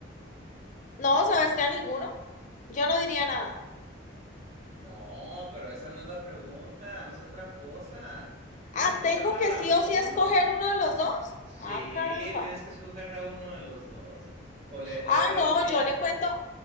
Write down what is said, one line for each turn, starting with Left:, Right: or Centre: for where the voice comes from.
Left: no, ¿sabes qué? A ninguno. Yo no diría nada.
Right: No, pero esa no es la pregunta, no seas tramposa. Tienes
Left: Ah,
Right: que
Left: ¿tengo
Right: salvar
Left: que
Right: a
Left: sí
Right: uno.
Left: o sí escoger uno de los dos?
Right: Sí,
Left: Ah, caramba.
Right: tienes que escoger a uno de los dos. O le, o
Left: Ah,
Right: le-
Left: no,
Right: eh, sería,
Left: yo le cuento,
Right: o-